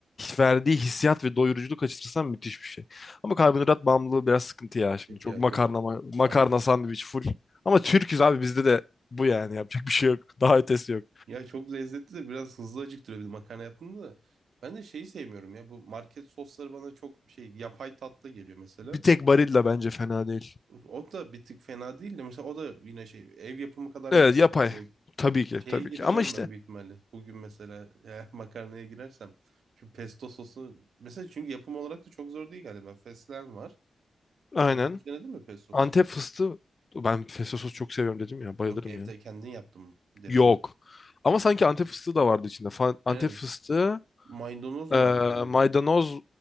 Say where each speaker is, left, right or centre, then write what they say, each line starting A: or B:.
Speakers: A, on the left; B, on the right.
A: verdiği hissiyat ve doyuruculuk açısından müthiş bir şey. Ama karbonhidrat bağımlılığı biraz sıkıntı ya şimdi.
B: Yok
A: Çok
B: ya
A: makarna,
B: çok.
A: ma- makarna
B: Aynen.
A: sandviç full. Ama Türk'üz abi bizde de bu yani yapacak bir şey yok. <laughs> Daha ötesi yok.
B: Ya çok lezzetli de biraz hızlı acıktırıyor bir de makarna yaptığında da. Ben de şeyi sevmiyorum ya bu market sosları bana çok şey yapay tatlı geliyor mesela.
A: Bir tek Barilla bence fena değil.
B: O da bir tık fena değil de mesela o da yine şey ev yapımı kadar
A: Evet
B: lezzetli.
A: yapay. Tabii ki
B: Şeye
A: tabii
B: gireceğim
A: ki. Ama işte
B: ben büyük ihtimalle. Bugün mesela eğer <laughs> makarnaya girersem şu pesto sosu mesela çünkü yapım olarak da çok zor değil galiba. Fesleğen var.
A: aynen.
B: Sen daha önce denedin mi pesto
A: Antep
B: sos?
A: fıstığı ben pesto sos çok seviyorum dedim ya bayılırım
B: Yok evde
A: ya.
B: kendin yaptın mı? Denedim.
A: Yok. Ama sanki Antep fıstığı da vardı içinde. Fa- Antep
B: Aynen.
A: fıstığı
B: Maydanoz
A: Ee,
B: var galiba.
A: maydanoz